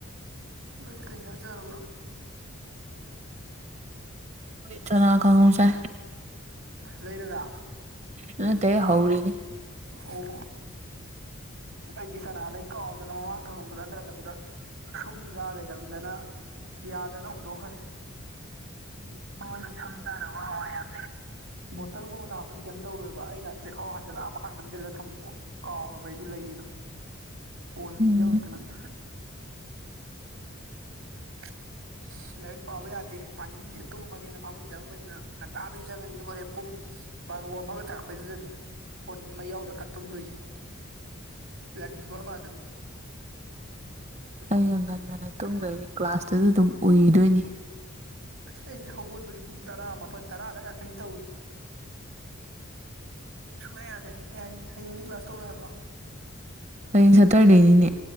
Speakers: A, on the right; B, on the right.
A: ꯅꯣꯏꯗꯤ ꯀꯩꯖꯥꯡ ꯆꯥꯔꯕꯥ
B: ꯆꯅꯥ ꯀꯥꯡꯒꯧ ꯆꯥꯏ
A: ꯂꯩꯔꯒ
B: ꯅꯠꯇꯦ ꯍꯧꯔꯤꯅꯤ
A: ꯑꯣ ꯑꯩꯗꯤ ꯁꯅꯥꯍ ꯂꯩ ꯀꯥꯎꯗꯅ ꯃꯃꯥꯡ ꯊꯪꯂꯝꯕꯗ ꯍꯟꯊ ꯍꯜꯂꯛꯄꯗ ꯁꯨꯝ ꯖꯥ ꯂꯩꯔꯝꯗꯅ ꯌꯥꯗꯗꯅ ꯍꯨꯟꯗꯣꯛꯈ꯭ꯔꯦ ꯍꯣꯏ ꯁꯨꯝ ꯆꯥꯗꯧꯕ ꯍꯋꯥꯥꯢ ꯌꯥꯝ ꯂꯩ ꯕꯇꯜꯒꯨꯝꯕ ꯊꯞꯄ ꯀꯩꯝ ꯇꯧꯔꯣꯏꯕ ꯆꯦꯛꯈꯥꯎ ꯍꯟꯖꯤꯜꯂ ꯅꯝꯖꯤꯜꯂ ꯊꯝꯕꯝꯕꯣ ꯀꯥꯎꯔꯕ ꯑꯩꯁꯨ ꯂꯩꯌꯦꯗꯣ ꯀꯣꯟꯅ ꯅꯤꯡꯖꯤꯡꯉꯛꯇꯅ
B: ꯎꯝ
A: <unintelligible> ꯂꯥꯏꯔꯤꯛ ꯄꯥꯕ ꯌꯥꯗꯦ ꯄꯥꯅꯤꯡꯗꯦ ꯇꯨꯝꯃꯒꯦꯅ ꯐꯃꯨꯡ ꯆꯪꯕꯅꯤꯅ ꯉꯟꯇꯥꯗꯩ ꯆꯪꯉꯅꯤ ꯑꯗꯨ ꯍꯣꯔꯦꯟ ꯄꯨꯡ ꯕꯥꯔꯣ ꯑꯃꯒ ꯇꯥꯔꯛꯄꯩꯗꯨꯗꯅꯤ ꯐꯣꯟ ꯃꯩ ꯌꯥꯎꯗ꯭ꯔꯀꯥꯟ ꯇꯨꯝꯗꯣꯏꯁꯦ ꯂꯥꯏꯔꯤꯛꯇꯤ ꯁꯨꯡꯄꯥ ꯄꯥꯗꯕꯤ
B: ꯑꯩꯅ ꯉꯟꯅ ꯉꯟꯅ ꯇꯨꯝꯗꯣꯏꯅꯤ ꯀ꯭ꯂꯥꯁꯇꯁꯨ ꯑꯗꯨꯝ ꯎꯨꯏꯗꯣꯏꯅꯤ
A: ꯑꯁ ꯑꯩꯗꯤ ꯍꯧꯒꯠꯄꯁꯨ ꯄꯨꯡ ꯇꯔꯥ ꯃꯥꯄꯜ ꯇꯔꯥꯗ ꯉꯥꯛꯇꯅꯤ ꯇꯧꯔꯤꯁꯦ ꯁꯨꯡꯌꯥ ꯌꯥꯗ꯭ꯔꯦ ꯍꯌꯦꯡꯗꯤ ꯀ꯭ꯂꯥꯁ ꯇꯧꯔꯣꯢ ꯍꯥꯏꯕ꯭ꯔꯣ
B: ꯍꯌꯦꯡ ꯁꯇꯔꯗꯦꯅꯤꯅꯦ